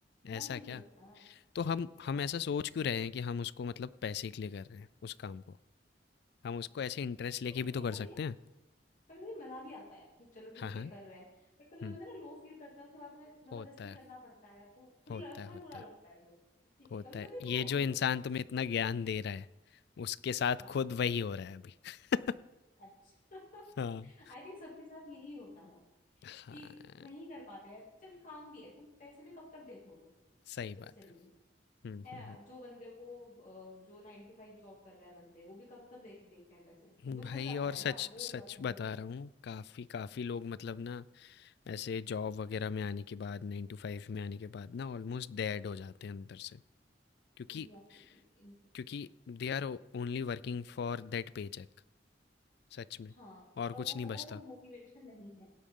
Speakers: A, on the left; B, on the left.
A: ऐसा
B: मन नहीं
A: क्या?
B: लगता
A: तो हम हम
B: हाँ
A: ऐसा सोच क्यों रहे हैं कि हम उसको मतलब पैसे के लिए कर रहे हैं उस काम को? हम उसको ऐसे इंटरेस्ट लेके
B: नहीं
A: भी तो
B: ऐसा
A: कर सकते
B: भी नहीं
A: हैं।
B: कभी कभी मजा भी आता है कि चलो ठीक
A: हाँ, हाँ।
B: है कर रहे हैं बट कभी
A: हुँ,
B: कभी होता है ना लो फील करते हैं उसके बाद हमें जबरदस्ती
A: होता
B: करना
A: है,
B: पड़ता है तो फिर
A: होता है,
B: फिर
A: होता
B: बुरा लगता
A: है,
B: है फिर ठीक
A: होता
B: है कभी कभी
A: है।
B: तो
A: ये
B: आई एंजॉय
A: जो इंसान तुम्हें इतना ज्ञान दे रहा है, उसके साथ
B: हाँ
A: खुद वही हो रहा है अभी। <laughs>
B: अच्छा <laughs>
A: हाँ।
B: आई थिंक सबके साथ यही होता है
A: हाँ,
B: कि नहीं कर पाते यार चल काम भी है तुम पैसे भी कब तक देखोगे
A: सही
B: जस्ट
A: बात
B: टेल
A: है।
B: मी
A: हुँ,
B: है ना
A: हुँ,
B: जो बंदे को अ, जो नाइन टू फाइव जॉब कर रहे हैं बंदे वो भी कब तक देख देखते हैं पैसे वो
A: हुँ।
B: भी
A: भाई
B: थक जाते
A: और
B: हैं
A: सच
B: ना बोर
A: सच
B: हो जाते हैं
A: बता रहा हूँ, काफ़ी काफ़ी लोग मतलब ना ऐसे जॉब वगैरह में आने के बाद 9 टू 5 में आने के बाद ना ऑलमोस्ट डेड हो जाते हैं अंदर से क्योंकि
B: Exactly exactly, exactly.
A: क्योंकि they are only working for that paycheck सच में
B: हाँ
A: और
B: और वो
A: कुछ नहीं
B: पता
A: बचता
B: है वो मोटिवेशन नहीं है